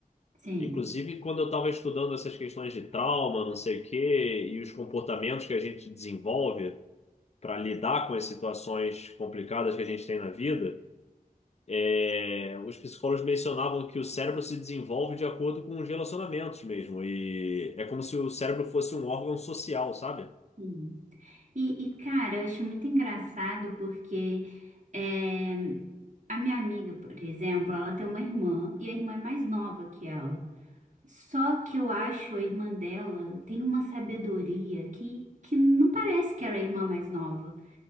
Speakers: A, on the right (about 55°); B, on the left (about 45°).
A: Sim.
B: Inclusive, quando eu estava estudando essas questões de trauma, não sei o quê, e os comportamentos que a gente desenvolve para lidar com as situações complicadas que a gente tem na vida, é, os psicólogos mencionavam que o cérebro se desenvolve de acordo com os relacionamentos mesmo. E é como se o cérebro fosse um órgão social, sabe?
A: Sim. E, e, cara, eu acho muito engraçado porque é, a minha amiga, por exemplo, ela tem uma irmã e a irmã é mais nova que ela. Só que eu acho a irmã dela tem uma sabedoria que, que não parece que ela é a irmã mais nova.